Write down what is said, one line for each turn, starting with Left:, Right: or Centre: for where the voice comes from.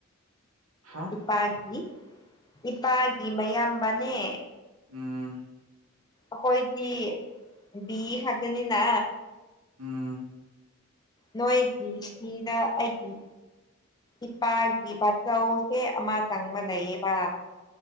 Right: ꯍꯥ?
Left: ꯏꯄꯥꯒꯤ ꯏꯄꯥꯒꯤ ꯃꯌꯥꯝꯕꯅꯦ꯫
Right: ꯎꯝ
Left: ꯑꯩꯈꯣꯏꯗꯤ ꯕꯤ ꯍꯥꯏꯕꯅꯤꯅ
Right: ꯎꯝ
Left: ꯅꯣꯏꯒꯤꯁꯤꯗ ꯑꯩꯒꯤ ꯏꯄꯥꯒꯤ ꯕꯥꯆꯧꯁꯦ ꯑꯃ ꯇꯪꯕ ꯂꯩꯌꯦꯕ